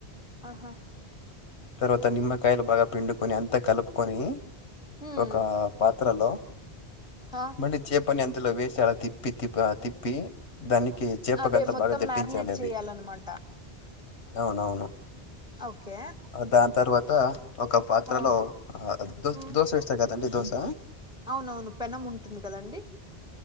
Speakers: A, in the centre; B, on the left.
A: ఆహా
B: తరువాత నిమ్మకాయలు భాగా పిండ్ కొని అంతా కలుపుకొని
A: హ్మ్
B: ఒక పాత్రలో
A: ఆ
B: మళీ చేపని అందులో వేసి అలా తిప్పి తిప్ప తిప్పి దానికి చేపక
A: అదే
B: అంతా
A: మొత్తం
B: బాగా దట్టించాలి
A: మ్యారినేట్
B: అది
A: చేయాలన్నమాట
B: అవునవును
A: ఓకే
B: దాని తర్వాత ఒక పాత్రలో
A: ఆ
B: దో
A: హ్మ్
B: దోశ వేస్తారు కదండి దోశ
A: అవునవును పెనం ఉంటుంది కదండి